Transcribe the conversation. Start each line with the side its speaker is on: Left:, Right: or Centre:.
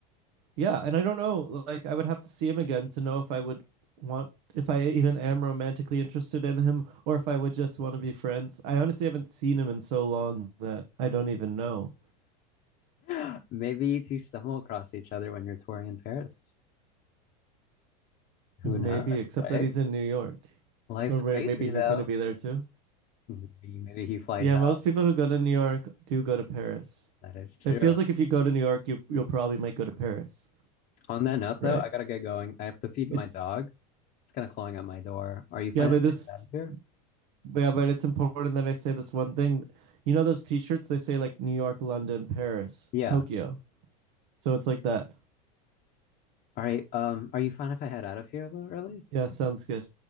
Right: yeah, and I don't know, like, I would have to see him again to know if I would want, if I even am romantically interested in him, or if I would just want to be friends. I honestly haven't seen him in so long that I don't even know.
Left: <gasps> Maybe to stumble across each other when you're touring in Paris. Who
Right: Maybe,
Left: knows,
Right: except
Left: right?
Right: that he's in New York,
Left: Life's
Right: or maybe
Left: crazy
Right: he's
Left: though.
Right: gonna be there too.
Left: Maybe, maybe he flies
Right: Yeah,
Left: out.
Right: most people who go to New York do go to Paris.
Left: That is true.
Right: It feels like if you go to New York, you you'll probably might go to Paris,
Left: On that note,
Right: right?
Left: though, I gotta get going. I have to feed
Right: It's
Left: my dog. It's kind of clawing at my door. Are you fine
Right: Yeah, but
Left: if
Right: this,
Left: I get out of here?
Right: yeah, but it's important that I say this one thing. You know those T-shirts? They say like New York, London, Paris,
Left: Yeah.
Right: Tokyo. So it's like that.
Left: All right. Um, are you fine if I head out of here a little early?
Right: Yeah, sounds good.